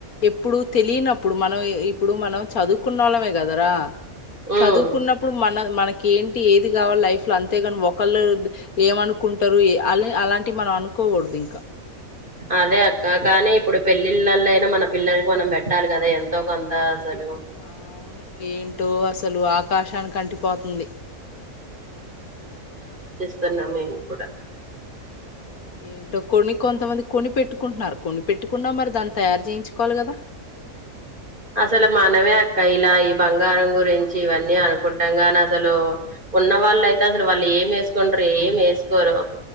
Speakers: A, on the left; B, on the right.
A: ఎప్పుడు తెలియనప్పుడు మనం ఇప్పు ఇప్పుడు మనం చదువు చదువుకున్న వాళ్ళమే కదరా
B: ఉమ్
A: చదువుకున్నప్పుడు మన మనకి ఏంటి ఏది కావాలి లైఫ్ లో అంతేగాని ఒకళ్ళు ఏమనుకుంటారు ఏ అలా అలాంటి మనం అనుకోకూడదు ఇంకా
B: అదే అక్క కాని ఇప్పుడు పెళ్ళిళ్ళలో అయినా మన పిల్లలకి మనం పెట్టాలి కదా ఎంతో కొంత అసలు
A: అవును ఏంటో అసలు ఆకాశానికి ఆంటీపోతుంది
B: సల మేం కూడా
A: ఏంటో కొని కొంతమంది కొని పెట్టుకుంటున్నారు కొని పెట్టుకున్నా మరి దాన్ని తయారు చేయించుకోవాలి కదా
B: అసలు మనమే అక్క ఇలా ఈ బంగారం గురించి ఇవన్నీ అనుకుంటాం గాని అసలు ఉన్న వాళ్ళు అయితే అసలు వాళ్ళు ఏం వేసుకుంటారు ఏం వేసుకోరు